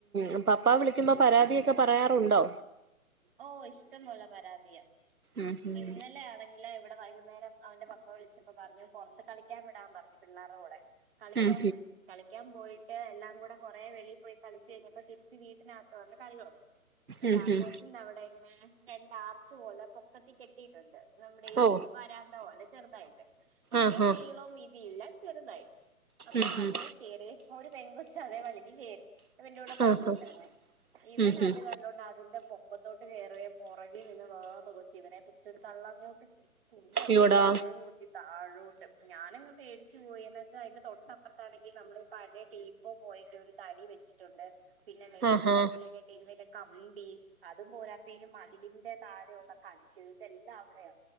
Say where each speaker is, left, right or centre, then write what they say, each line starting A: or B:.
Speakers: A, on the right; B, on the right.
A: ഉം പപ്പ വിളിക്കുമ്പോ പരാതിയൊക്കെ പറയാറുണ്ടോ
B: ഓഹ് ഇഷ്ടം പോലെ പരാതിയാ
A: ഉം ഉം
B: ഇന്നലെ ആണെ ഇവിടെ വൈകുന്നേരം അവന്റെ പപ്പ വിളിച്ചപ്പ പറഞ്ഞു പോറത്ത് കളിക്കാൻ വിടാൻ പറഞ്ഞു പിള്ളേരുടെ കൂടെ കളിക്കാൻ
A: ഉം
B: പോയി കളിക്കാൻ പോയിട്ട് എല്ലാം കൂടെ കുറെേ വെളിൽ പോയി കളിച്ച് കഴിഞ്ഞപ്പോ തിരിച്ച് വീട്ടിനകത്ത് വന്ന് കളിയോടങ്ങി ഈ
A: ഉം ഉം
B: കാർബോഡ്സിന്റെ
A: ഉം
B: അവിടെങ്ങനെ രണ്ട ആർച്ച് പോലെൊ പൊ പക്കത്തി കെട്ടിയിട്ടുണ്ട് നമ്മുടെ ഈ
A: ഓ
B: വരാന്ത പോലെ ചെറുതായിട്ട് വലിയ
A: ആഹ്
B: നീളവും വീതില്ല ചെറുതായിട്ട് അപ്പൊ
A: ആഹ് ഉം
B: അതെ
A: ഉം
B: കറി ഒരു പെൺകൊച്ച അതേ വലിഞ് കയറി പിന്റെ കൂടെ കളിച്ചുകൊണ്ടിരുന്നേ
A: ആഹ്
B: ഈവൻ
A: ഉം
B: അത്
A: ഉം
B: കണ്ടുകൊണ്ട് അതിന്റെ പൊക്കത്തോട്ട് കേയറിയ പുറകിനിന്ന് വേർ കൊച്ചു ഇവനെ പിടിച്ചൊരു തള്ളങ്ങോട്ടിട്ടു. ഞ്ഞന്നു
A: അയ്യോടാ
B: താലെ കുത്തി താഴോട്ട് ഞാനങ് പേടിച്ച പോയന്ന് വെച്ചാൽ അതിന്റെ തൊട്ടപ്പുറത്താണെങ്കിൽ നമ്മള് പഴയ ടീ ഇപ്പോ പോയിട്ട് ഒരു തടി വെച്ചിട്ടുണ്ട് പിന്നെ മെറ്റ്
A: ആഹാ
B: കട്ടിലൊക്കെട്ട് ഇപലെ കമ്പി അതും പോരാത്ത ഇ മതിലിന്റെ താഴെയള്ള കല്ല് ഇതെല്ലാം അവിടെയ